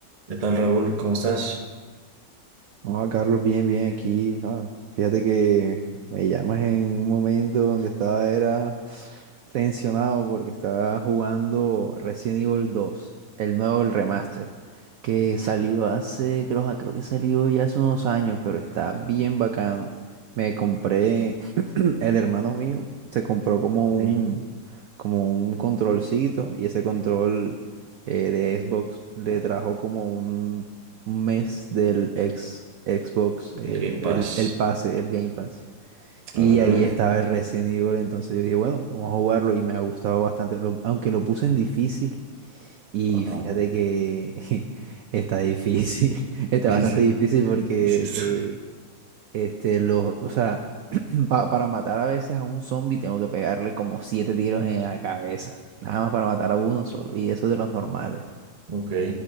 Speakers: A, on the right (about 40°); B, on the right (about 75°).
A: ¿Qué tal, Raúl? ¿Cómo estás?
B: No, Carlos, bien, bien aquí. Ah, fíjate que me llamas en un momento donde estaba era tensionado porque estaba jugando Resident Evil dos, el nuevo, el remaster, que salió hace, creo, ah, creo que salió ya hace unos años, pero está bien bacano. Me compré el hermano mío se compró como un,
A: Sí,
B: como un controlcito y ese control eh, de Xbox le trajo como un, un mes del ex, Xbox, eh,
A: el Game Pass.
B: el, el pase, el Game Pass. Y
A: Órale,
B: ahí
A: órale.
B: estaba el Resident Evil, entonces yo dije, bueno, vamos a jugarlo y me ha gustado bastante, Lo- aunque lo puse en difícil y
A: Ajá.
B: fíjate
A: <laughs>
B: que <laughs> está difícil, <laughs> está
A: Sí,
B: bastante
A: sí,
B: difícil porque...
A: y sí estoy.
B: eh, este, los, o sea, <clears throat> pa- para matar a veces a un zombie tengo que pegarle como siete tiros en la cabeza. Nada más para matar a uno solo. Y eso de los normales.
A: Ok.